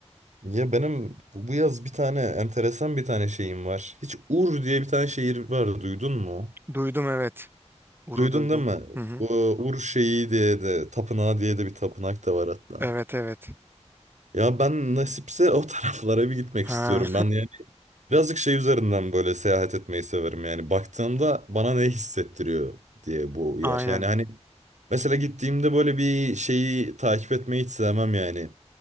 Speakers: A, on the right; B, on the right.
A: ya benim bu bu yaz bir tane enteresan bir tane şeyim var. Hiç Ur diye bir tane şehir var. Duydun mu?
B: Duydum evet. Uru
A: Duydun
B: duydum.
A: değil mi?
B: Hı hı.
A: U- Ur şeyi diye de tapınağı diye de bir tapınak da var hatta.
B: Evet evet.
A: Ya ben nasipse o <laughs> taraflara bir gitmek
B: Ha,
A: istiyorum. Ben yani birazcık şey üzerinden böyle seyahat etmeyi severim. Yani baktığımda bana ne hissettiriyor diye bu
B: <laughs>
A: yer.
B: aynen.
A: Yani hani mesela gittiğimde böyle bir şeyi takip etmeyi hiç sevmem yani.